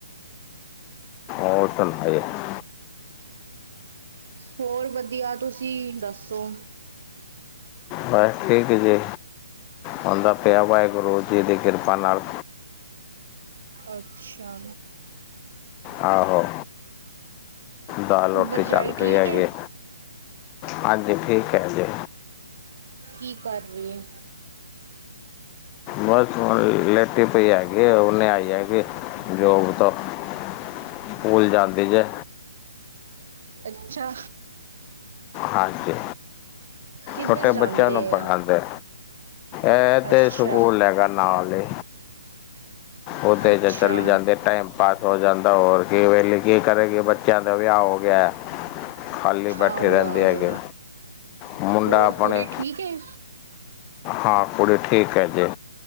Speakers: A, on the left (about 20°); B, on the right (about 55°).
A: ਔਰ <unintelligible>
B: ਹੋਰ ਵਦੀਆ ਤੁਸੀਂ ਦੱਸੋ?
A: ਬਸ ਠੀਕ ਜੀ, ਹੋਂਦਾ ਪਯਾ ਵਾਹਿਗੁਰੂ ਜੀ ਦੀ ਕਿਰਪਾ ਨਾਲ।
B: ਅੱਛਾ।
A: ਆਹੋ, ਦਾਲ ਰੋਟੀ
B: ਭਰਜਾਈ
A: ਚੱਲ
B: ਠੀਕ
A: ਰੀ ਹੈਗੀ।
B: ਏ
A: ਹਾਂਜੀ, ਠੀਕ ਐ ਜੀ।
B: ਕੀ ਕਰ ਰੀ ਏ?
A: ਬਸ ਹੁਨ ਲੇਟੀ ਪਈ ਹੈਗੀ, ਹੁਨੇ ਆਈ ਹੈਗੀ ਜੋਬ ਤੋਂ। ਸਕੂਲ ਜਾਂਦੀ ਜੇ।
B: ਅੱਛਾ।
A: ਹਾਂਜੀ
B: ਕਿੱਧਰ
A: ਛੋਟੇ
B: ਜਾਂਦੇ
A: ਬੱਛੇਆਂ ਨੂੰ ਪੜ੍ਹਾਦੇ।
B: ਏ
A: ਐ
B: ਅੱਛਾ
A: ਤੇ ਸਕੂਲ ਹੈਗਾ ਨਾਲ ਈ। ਓਦੇ
B: ਅੱਛਾ
A: 'ਚ ਚਲੀ ਜਾਂਦੀ ਟਾਈਮ ਪਾਸ ਹੋ ਜਾਂਦਾ ਹੋਰ ਕੀ ਵੇਲੇ ਕੀ ਕਰੇਗੀ ਬੱਚ ਚੇ ਆਂ ਦਾ ਵਿਆਹ ਹੋ ਗਯਾ ਖਾਲੀ ਬੈਠੀ
B: ਆਹੋ
A: ਰੈਂਦ
B: ਆਹੋ
A: ਦੀ ਹੈਗੇ ਮੁੰਡਾ
B: ਹੋਰ
A: ਆਪਣੇ
B: ਕੁੜੀ ਠੀਕ ਏ
A: ਹਾਂ ਕੁੜੀ ਠੀਕ ਹੈ ਜੀ,